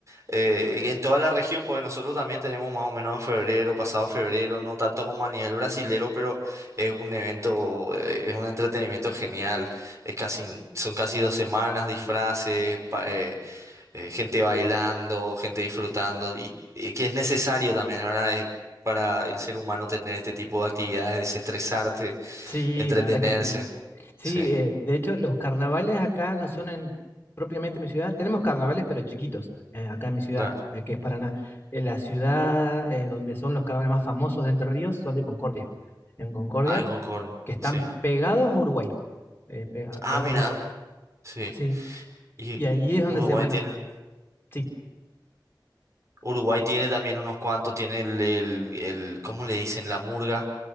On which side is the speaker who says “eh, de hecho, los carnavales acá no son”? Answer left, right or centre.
Left